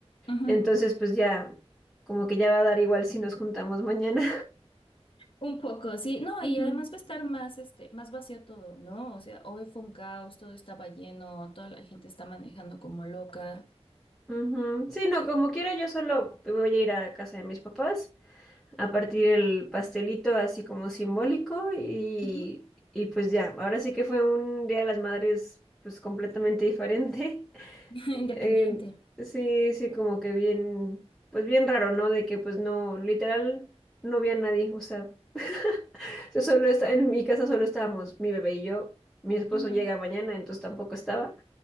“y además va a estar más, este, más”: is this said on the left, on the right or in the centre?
Left